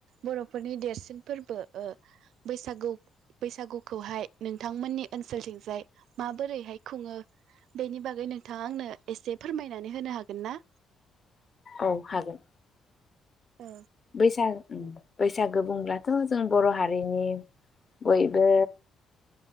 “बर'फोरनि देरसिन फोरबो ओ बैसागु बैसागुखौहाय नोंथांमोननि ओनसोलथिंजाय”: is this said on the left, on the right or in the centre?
Right